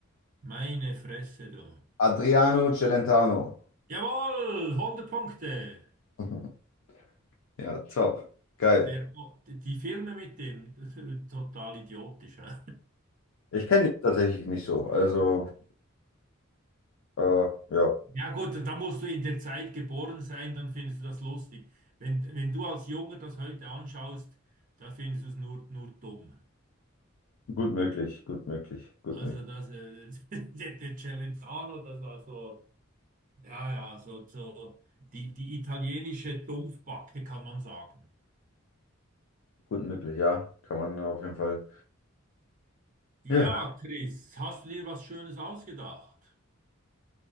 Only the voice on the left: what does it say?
Adriano Celentano.
<laughs> Ja, top. Geil.
Ich kenne dich tatsächlich nicht so. Also, äh, ja,
gut möglich, gut möglich, gut
möglich,
gut möglich, ja. Kann man auf jeden Fall.
Ja.